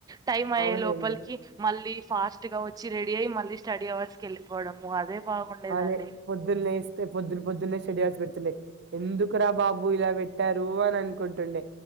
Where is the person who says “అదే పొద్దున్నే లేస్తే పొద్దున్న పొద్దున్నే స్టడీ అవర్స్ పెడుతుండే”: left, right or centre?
Right